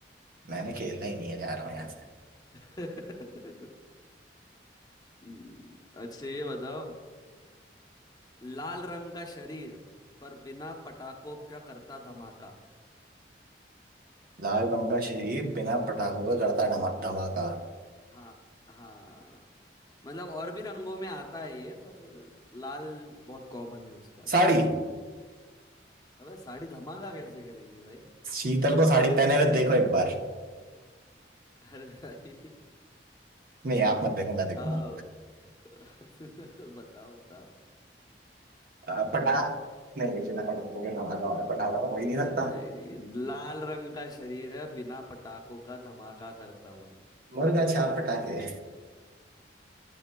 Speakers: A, on the right; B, on the left.
A: मैंने खेलना ही नहीं है जा रहा हूँ यहाँ से
B: <laughs> हम्म, अच्छा ये बताओ लाल रंग का शरीर पर बिना पटाखों का करता धमाका
A: लाल रंग का शरीर बिना पटाखों का करता धमा धमाका
B: हाँ हाँ मतलब और भी रंगों में आता है ये पर लाल बहुत कॉमन है उसका रंग
A: साड़ी
B: अबे साड़ी धमाका कैसे करेगी भाई
A: शीतल को साड़ी पहने हुए देखो एक बार
B: अरे भाई
A: नहीं आप मत देखो मैं
B: बताओ
A: देखूंगा
B: <laughs> बताओ बताओ
A: अ, पटाख नहीं बिना पटाखों के धमाका हो रहा है पटाखा तो हो ही नहीं
B: नहीं
A: सकता
B: नहीं लाल रंग का शरीर है बिना पटाखों का धमाका करता हूँ
A: मुर्गा छाप पटाखे